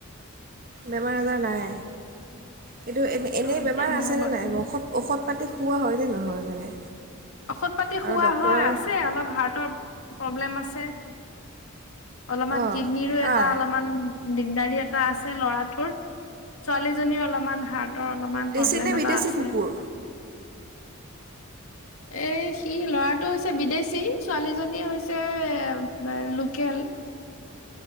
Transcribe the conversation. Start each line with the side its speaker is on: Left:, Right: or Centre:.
Right: বেমাৰ আজাৰ নাই। কিন্তু এনে এনেই
Left: অ এতিয়া
Right: বেমাৰ আছেনে
Left: বৰ্তমান
Right: নাই ঔষত ঔষধ পাতি খুওৱা হয়নে নহয় মানে?
Left: ঔষধ পাতি
Right: আৰু
Left: খুওৱা
Right: ডক্তৰৰ
Left: হয়, আছে অলপ হাৰ্টৰ প্ৰব্লেম আছে। অলপমান
Right: অঁ
Left: কিডনীৰিৰো
Right: কাৰ
Left: এটা অলপমান দিগদাৰী এটা আছে ল'ৰাটোৰ। ছোৱালীজনী অলপমান হাৰ্টৰ অলপমান
Right: দেশী
Left: প্ৰব্লেম
Right: নে
Left: এটা
Right: বিদেশী
Left: আছে।
Right: কুকুৰ
Left: এ সি ল'ৰাটো হৈছে বিদেশী ছোৱালীজনী হৈছে, লোকেল।